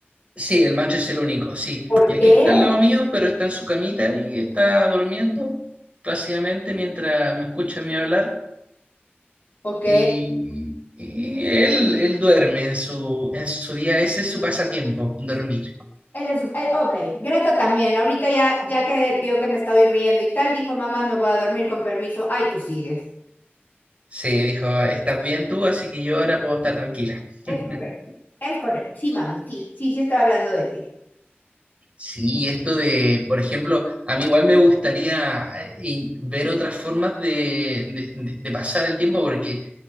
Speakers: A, on the right (about 30°); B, on the left (about 55°).
A: sí, el macho es el único, sí.
B: ¿Por
A: Y aquí
B: qué?
A: está al lado mío, pero está en su camita y está durmiendo plácidamente mientras me escucha a mí hablar.
B: Ok.
A: Y, y él, él duerme en su, en su día, ese es su pasatiempo, dormir.
B: Él es, eh, ok, Greta también. Ahorita ya, ya que vio que me estaba riendo y tal, dijo, mamá, me voy a dormir con permiso. Ay, tú sigues.
A: Sí, dijo, estás bien tú, así que yo ahora puedo estar tranquila.
B: Es
A: <laughs>
B: correcto. Es correcto. Sí, mami, sí, sí, sí estaba hablando de ti.
A: Sí, esto de, por ejemplo, a mí igual me gustaría eh, in- ver otras formas de, de- de- de pasar el tiempo, porque